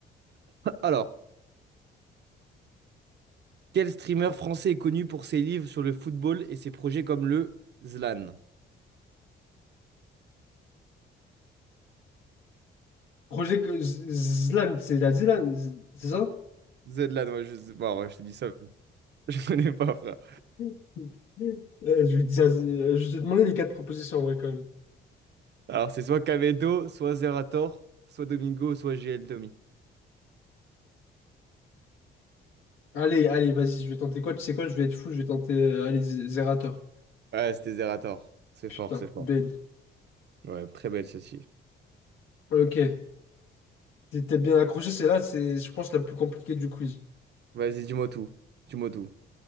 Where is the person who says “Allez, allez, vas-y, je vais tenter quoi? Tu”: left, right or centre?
Left